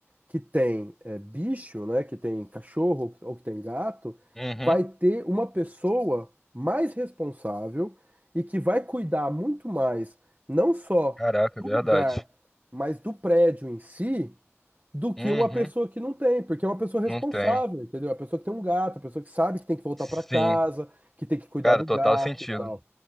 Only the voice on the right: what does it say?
que tem é, bicho, né, que tem cachorro ou que tem gato,
vai ter uma pessoa mais responsável e que vai cuidar muito mais, não só
do
lugar, mas do prédio em si, do que
uma pessoa que não tem, porque é uma pessoa responsável,
entendeu? A pessoa que tem um gato, a pessoa que sabe que tem que voltar
para casa, que tem que cuidar
do
gato
e tal.